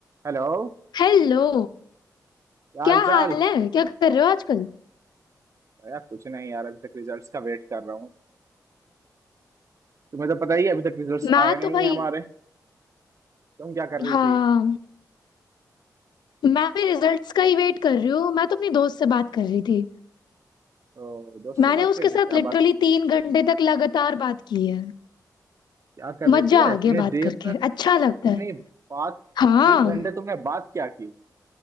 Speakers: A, on the right; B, on the left.
A: Hello
B: Hello
A: क्या
B: क्या
A: हाल
B: हाल
A: चाल
B: है क्या कर रहे हो आजकल
A: यार कुछ नहीं यार अभी तक रिजल्ट्स का वेट कर रहा हूँ तुम्हें तो पता ही है अभी तक रिजल्ट्स
B: मैं
A: आए नहीं
B: तो भाई
A: है हमारे तुम क्या कर रही
B: हाँ
A: थी
B: मैं भी रिजल्ट्स का ही वेट कर रही हूँ मैं तो अपनी दोस्त से बात कर रही थी
A: तो दोस्त
B: मैंने
A: से बात
B: उसके
A: कर रहे
B: साथ
A: थे क्या
B: लिटरली
A: बात
B: तीन घंटे तक लगातार बात की है
A: क्या कर रहे
B: मजा
A: थे यार
B: आ
A: इतनी
B: गया बात
A: देर
B: करके
A: तक
B: अच्छा लगता
A: इतनी
B: है
A: बात
B: हाँ
A: तीन घंटे तुमने बात क्या की